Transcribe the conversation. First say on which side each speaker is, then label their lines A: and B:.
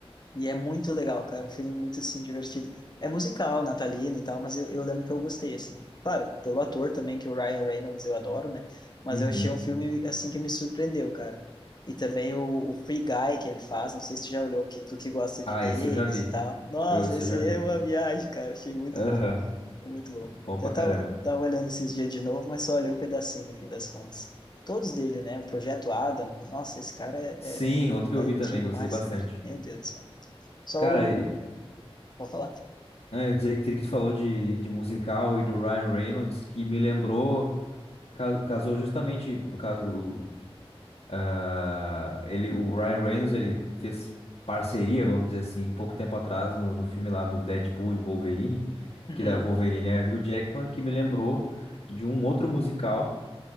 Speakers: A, on the left; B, on the left.
A: E é muito legal, cara. É um filme muito, assim, divertido. É musical, natalino e tal, mas eu, eu lembro que eu gostei, assim. Claro, pelo ator também, que o Ryan Reynolds eu adoro, né? Mas
B: Uhum.
A: eu achei um filme, assim, que me surpreendeu, cara. E também o, o Free Guy que ele faz, não sei se tu já olhou, que tu que gosta de
B: Ah,
A: games
B: esse eu já vi.
A: e tal. Nossa,
B: Eu, esse
A: esse
B: eu já
A: aí
B: vi.
A: é uma viagem, cara. Achei muito
B: Aham,
A: bom. Muito bom.
B: bom
A: Até
B: pra caramba.
A: tava, tava olhando esses dias de novo, mas só olhei um pedacinho no fim das contas. Todos dele, né? O Projeto Adam. Nossa, esse cara é,
B: Sim, outro que
A: é,
B: eu vi
A: é
B: também,
A: demais,
B: gostei bastante.
A: cara. Meu Deus do céu. Só
B: Cara,
A: o. Vou falar.
B: É, dizer que que tu falou de, de musical e do Ryan Reynolds, que me lembrou, ca- casou justamente, no caso, ah, ele, o Ryan Reynolds, ele fez parceria, vamos dizer assim, pouco tempo atrás, no, no filme lá do Deadpool e Wolverine,
A: Uhum,
B: que da Wolverine é Hugh Jackman, que me lembrou de um outro musical,